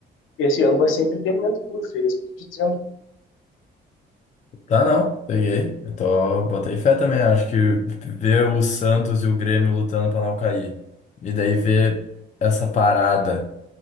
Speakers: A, on the left (about 85°); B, on the left (about 35°).
A: esse ano vai ser entretenimento puro, filho, é isso que eu tô te dizendo.
B: Tá, não. Peguei. Eu tô, botei fé também. Acho que ver o Santos e o Grêmio lutando pra não cair. E daí ver essa parada